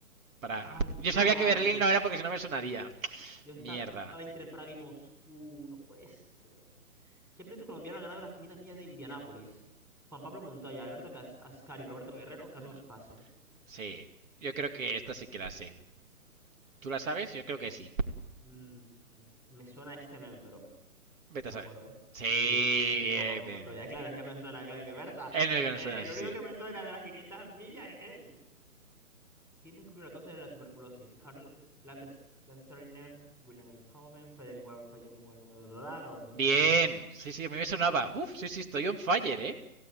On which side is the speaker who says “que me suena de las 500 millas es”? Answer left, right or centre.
Centre